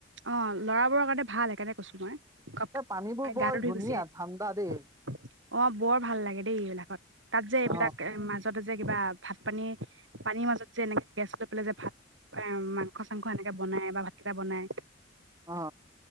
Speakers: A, on the right; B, on the right.
A: অ', ল'ৰাবোৰৰ কাৰণে ভাল। সেইকাৰণে কৈছোঁ মই। ঘপকে,
B: এই পানীবোৰ বৰ
A: গাটো ধুই
B: ধুনীয়া
A: গুচি আহে।
B: ঠাণ্ডা দেই।
A: অ', বৰ ভাল লাগে দেই এইবিলাকত। তাত যে
B: অ',
A: এইবিলাক মাজত যে, কিবা ভাত-পানী, পানীৰ মাজত যে এনেকে গেছ লৈ পেলাই যে, ভাত-মাংস-চাংস এনেকৈ বনাই বা ভাতকেইটা বনাই
B: অ'।